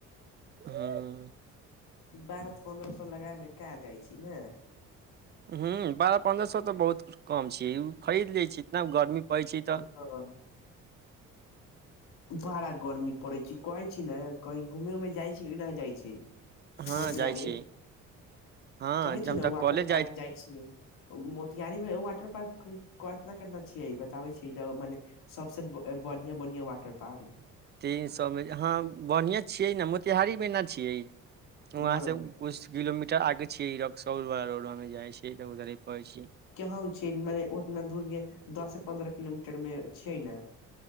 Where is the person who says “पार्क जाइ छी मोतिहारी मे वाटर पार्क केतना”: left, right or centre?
Left